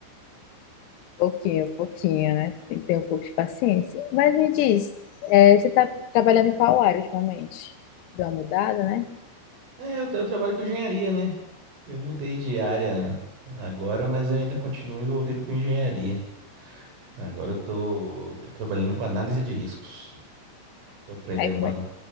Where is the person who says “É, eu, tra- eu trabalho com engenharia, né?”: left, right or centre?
Right